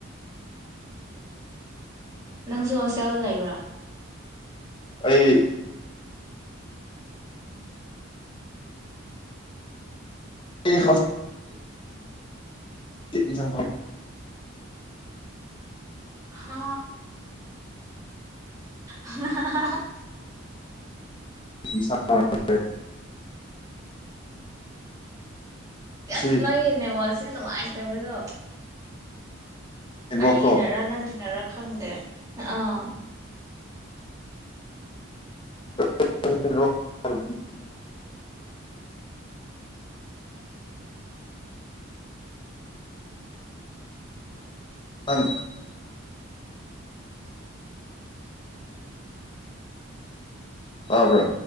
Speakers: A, on the right (about 15°); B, on the left (about 25°).
A: ꯅꯪꯁꯨ ꯍꯣꯁꯇꯦꯜ ꯗ ꯂꯩꯕ꯭ꯔꯥ
B: ꯑꯩ ꯑꯩ ꯍꯣꯁ ꯆꯤꯠ ꯏꯟꯖꯥꯡ ꯊꯣꯡ
A: ꯍꯥ ꯍꯍ
B: ꯏꯟꯁꯥꯡ <unintelligible>
A: ꯕꯦꯁ
B: ꯁꯤ
A: ꯅꯪꯒꯤ ꯅꯦꯠꯋꯥꯛꯁꯦ ꯅꯨꯡꯉꯥꯏꯇꯕꯗꯣ
B: ꯅꯦꯠꯋꯥꯛ
A: ꯑꯩꯒꯤꯅꯔ
B: ꯀꯣ
A: ꯅꯪꯒꯤꯅꯔ ꯈꯪꯗꯦ ꯑꯥ
B: <unintelligible> ꯅꯪ ꯇꯥꯕ꯭ꯔꯥ